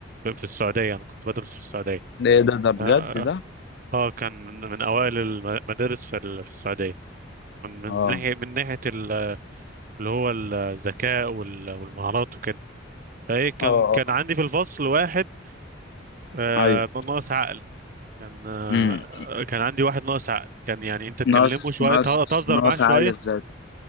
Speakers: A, on the right (about 45°); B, on the left (about 55°).
A: في السعودية أنا كنت بدرس في السعودية
B: ايه ده ده بجد
A: آه, آه
B: ده؟
A: آه، آه، كان من, من أوائل المدارس في, ال- في السعودية من, من
B: اه
A: ناحية من ناحية ال- اللي هو الذكاء وال- والمهارات وكده فإيه كان
B: اه
A: كان
B: اه
A: عندي في الفصل واحد آه
B: ايوه
A: ناقص عقل كان آه
B: مم.
A: كان عندي واحد ناقص عقل كان يعني أنت تكلمه
B: ناقص
A: شوية
B: ناقص
A: ته- تهزر
B: ناقص
A: معاه شوية
B: عالي ازاي